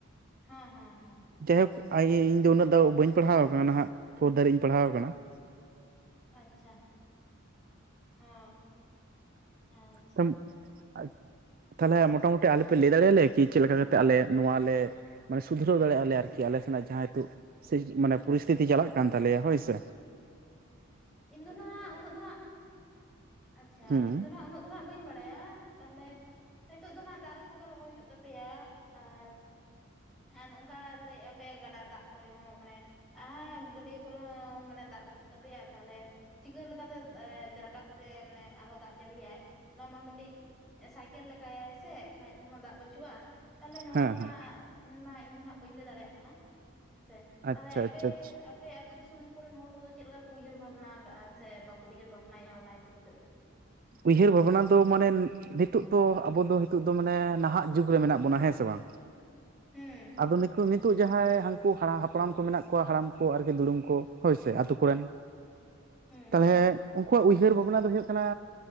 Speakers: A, in the centre; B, on the right (about 45°).
A: ᱦᱮᱸ ᱦᱮᱸ ᱦᱮᱸ
B: ᱡᱟᱭᱦᱳᱠ ᱤᱧ ᱫᱚ ᱩᱱᱟᱹᱜ ᱫᱚ ᱵᱟᱹᱧ ᱯᱟᱲᱦᱟᱣ ᱟᱠᱟᱱᱟ ᱱᱟᱦᱟᱜ ᱯᱷᱳᱨ ᱫᱷᱷᱟᱨᱤᱡ ᱤᱧ ᱯᱟᱲᱦᱟᱣ ᱟᱠᱟᱱᱟ ᱾
A: ᱟᱪᱪᱷᱟ ᱚ ᱟᱪᱪᱷᱟ
B: ᱛᱢ <inaudible> ᱛᱟᱦᱚᱞᱮ ᱢᱚᱴᱟᱢᱩᱴᱤ ᱟᱞᱮᱯᱮ ᱞᱟᱹᱭ ᱫᱟᱲᱮᱭᱟᱞᱮᱭᱟ ᱠᱤ ᱪᱮᱫ ᱞᱮᱠᱟ ᱠᱟᱛᱮᱮᱫ ᱟᱞᱮ ᱱᱚᱣᱟ ᱞᱮ ᱢᱟᱱᱮ ᱥᱩᱫᱷᱨᱣ ᱫᱟᱲᱮᱭᱟᱜᱼᱟᱞᱮ ᱟᱨᱠᱤ ᱟᱞᱮᱱᱟᱜ ᱡᱟᱦᱟᱸ ᱱᱤᱛᱚᱜ ᱥᱮ ᱢᱟᱱᱮ ᱯᱚᱨᱤᱥᱛᱷᱤᱛᱤ ᱪᱟᱞᱟᱜ ᱠᱟᱱ ᱛᱟᱞᱮᱭᱟ ᱦᱳᱭᱥᱮ
A: ᱤᱧᱫᱚ ᱱᱟᱜ ᱩᱱᱟᱹᱜ ᱫᱚ ᱱᱟᱜ ᱟᱪᱪᱷᱟ
B: ᱦᱮᱸ
A: ᱤᱧᱫᱚ ᱱᱟᱜ ᱩᱱᱟᱹᱜ ᱫᱚ ᱱᱟᱜ ᱵᱟᱹᱧ ᱵᱟᱲᱟᱭᱟ ᱛᱟᱦᱚᱞᱮ ᱱᱤᱛᱳᱜ ᱫᱚ ᱱᱟᱜ ᱫᱟᱨᱮ ᱠᱚᱜᱮ ᱨᱚᱦᱚᱭ ᱦᱩᱭᱩᱜ ᱛᱟᱯᱮᱭᱟ ᱟᱨ ᱦᱚᱸ ᱱᱚᱝᱠᱟ ᱞᱟᱹᱭᱮᱫᱼᱟᱮ ᱟᱯᱮᱭᱟ ᱜᱟᱰᱟ ᱫᱟᱜ ᱠᱚᱨᱮ ᱦᱚᱸ ᱢᱟᱱᱮ ᱟ ᱜᱟᱹᱰᱭᱟᱹ ᱠᱚᱨᱮ ᱦᱚᱸ ᱢᱟᱱᱮ ᱫᱟᱜ ᱵᱟᱹᱪᱩᱜ ᱛᱟᱯᱮᱭᱟ ᱾ ᱛᱟᱦᱚᱞᱮ ᱪᱤᱠᱟᱹ ᱞᱮᱠᱟ ᱛᱮ ᱨᱟᱠᱟᱵ ᱛᱮ ᱢᱟᱱᱮ ᱟᱨᱦᱚᱸ ᱫᱟᱜ ᱡᱟᱹᱲᱤᱭᱟᱭ ᱱᱚᱣᱟ ᱢᱟ ᱢᱤᱫᱴᱤᱡ ᱥᱟᱭᱠᱮᱞ ᱞᱮᱠᱟᱭ ᱥᱮ ᱮᱱᱠᱷᱟᱡ ᱱᱚᱣᱟ ᱢᱟ ᱫᱟᱜ ᱵᱟᱹᱪᱩᱜᱼᱟ ᱛᱟᱦᱚᱞᱮ ᱱᱚᱣᱟ
B: ᱦᱮᱸ
A: ᱨᱮᱱᱟᱜ
B: ᱦᱮᱸ
A: ᱢᱟ ᱤᱧ ᱫᱚ ᱱᱟᱜ ᱵᱟᱹᱧ ᱞᱟᱹᱭ ᱫᱟᱲᱮᱭᱟᱜ ᱠᱟᱱᱟ ᱦᱮᱸᱥᱮ
B: ᱟᱪᱪᱷᱟ
A: ᱛᱟᱦᱞᱮ ᱟᱯᱮ
B: ᱟᱪᱪᱷᱟ ᱟᱪᱪᱷᱟ
A: ᱟᱯᱮ ᱟᱹᱛᱩ ᱫᱤᱥᱚᱢ ᱠᱚ ᱨᱮᱱ ᱦᱚᱲ ᱠᱚᱫᱚ ᱪᱮᱫ ᱞᱮᱠᱟ ᱠᱚ ᱩᱭᱦᱟᱹᱨ ᱵᱷᱟᱵᱽᱱᱟ ᱠᱟᱜᱼᱟ ᱥᱮ ᱵᱟᱠᱚ ᱩᱭᱦᱟᱹᱨ ᱵᱷᱟᱵᱽᱱᱟᱭᱟ ᱚᱱᱟ ᱤᱫᱤ ᱠᱟᱛᱮᱫ ᱫᱚ
B: ᱩᱭᱦᱟᱹᱨ ᱵᱷᱟᱵᱽᱱᱟ ᱫᱚ ᱢᱟᱱᱮ ᱱᱤᱛᱳᱜ ᱛᱚ ᱟᱵᱚ ᱫᱚ ᱱᱤᱛᱚᱜ ᱫᱚ ᱢᱟᱱᱮ ᱱᱟᱦᱟᱜ ᱡᱩᱜᱽ ᱨᱮ ᱢᱮᱱᱟᱜ ᱵᱚᱱᱟ ᱦᱮᱸ ᱥᱮ ᱵᱟᱝ
A: ᱦᱩᱸ
B: ᱟᱫᱚ ᱱ ᱱᱤᱛᱳᱜ ᱡᱟᱦᱟᱸᱭ ᱦ <inaudible> ᱩᱱᱠᱩ ᱦᱟᱲᱟᱢ ᱦᱟᱯᱲᱟᱢ ᱠᱚ ᱢᱮᱱᱟᱜ ᱠᱚᱣᱟ ᱦᱟᱲᱟᱢ ᱠᱚ ᱟᱨᱠᱤ ᱫᱩᱲᱩᱢ ᱠᱚ ᱦᱳᱭᱥᱮ ᱟᱹᱛᱩ ᱠᱚ ᱨᱮᱱ
A: ᱦᱩᱸ
B: ᱛᱟᱦᱚᱞᱮ ᱩᱱᱠᱩᱣᱟᱜ ᱩᱭᱦᱟᱹᱨ ᱵᱷᱟᱵᱽᱱᱟ ᱫᱚ ᱦᱩᱭᱩᱜ ᱠᱟᱱᱟ